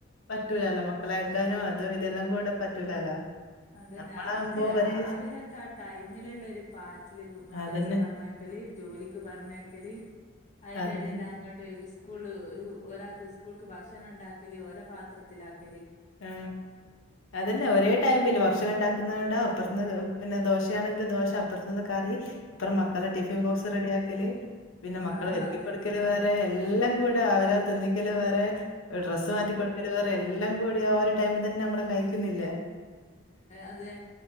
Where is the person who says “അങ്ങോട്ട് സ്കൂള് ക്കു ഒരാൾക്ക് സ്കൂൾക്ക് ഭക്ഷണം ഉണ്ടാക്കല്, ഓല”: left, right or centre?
Left